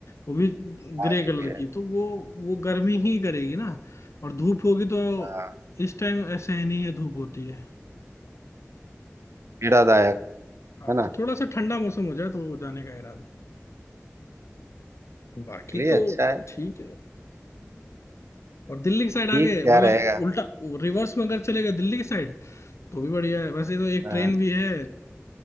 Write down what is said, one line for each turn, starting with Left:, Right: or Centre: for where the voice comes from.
Left: वो भी
Right: हाँ
Left: ग्रे
Right: ये
Left: कलर
Right: भी है
Left: की तो वो वो गर्मी ही करेगी ना और धूप होगी तो
Right: हाँ
Left: इस टाइम ऐसे ही नहीं है धूप होती है
Right: पीड़ादायक
Left: हाँ
Right: है ना
Left: तो थोड़ा सा ठंडा मौसम हो जाए तो जाने का इरादा बाकी
Right: चलिए
Left: तो
Right: अच्छा है
Left: ठीक है और दिल्ली की साइड आ
Right: ठीक
Left: गए
Right: क्या
Left: मतलब
Right: रहेगा
Left: उल्टा रिवर्स में अगर चले गए दिल्ली की साइड तो भी बढ़िया है वैसे तो एक
Right: हाँ
Left: ट्रेन भी है